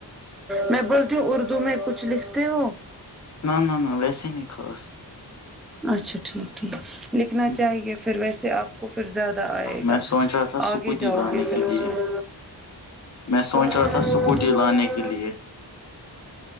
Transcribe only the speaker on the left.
نہ نہ نہ ویسے نہیں خاص
ہ
میں
سوچ رہا تھا اسکوٹی
لانے
کے لیے
میں سوچ
رہا تھا اسکوٹی لانے
کے لیے